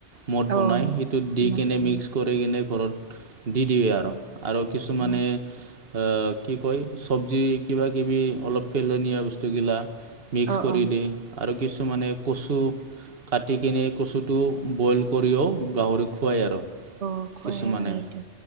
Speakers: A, on the right; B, on the right.
A: মদ বনাই
B: অ
A: সেইটো দি
B: মোৰ
A: কিনে
B: অ
A: মিক্স
B: অ
A: কৰি কিনে ঘৰত দি দিয়ে আৰু। আৰু কিছুমানে-
B: অ
A: আ কি কয় চব্জি কিবা কিবি অলপ পেলনীয়া বস্তুগিলা- মিক্স
B: অ
A: কৰি
B: অ
A: দি আৰু কিছুমানে কচু কাটি কিনে কচুটো- বইল কৰিও গাহৰিক খুৱায় আৰু।
B: অ খুৱাই
A: কিছুমানে
B: হেনো এইটো